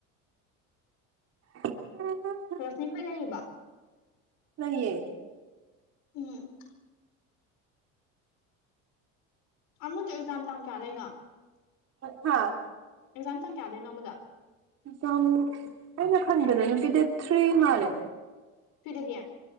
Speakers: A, on the right; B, on the left.
A: ꯎꯝ
B: ꯔꯁꯃꯤ ꯈꯣꯏ ꯌꯥꯅꯤꯡꯕ
A: ꯅꯌꯦ
B: ꯎꯝ ꯑꯃꯗꯨ ꯑꯦꯛꯖꯥꯝ ꯇꯥꯡ ꯀꯌꯥ ꯂꯩꯅꯣ
A: ꯍꯥ
B: ꯑꯦꯛꯖꯥꯝ ꯇꯥꯡ ꯀꯌꯥꯗꯣꯏꯅꯣ ꯑꯃꯃꯗ
A: ꯝ ꯑꯩꯅ ꯈꯟꯕꯗ ꯅꯨꯄꯤ ꯗꯦ ꯊ꯭ꯔꯤ ꯃꯥꯜꯂꯦ
B: ꯐꯤꯗꯒꯌꯥ